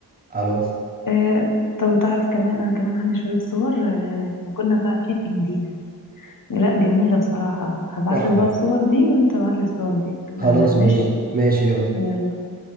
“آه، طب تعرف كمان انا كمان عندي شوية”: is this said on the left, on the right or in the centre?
Left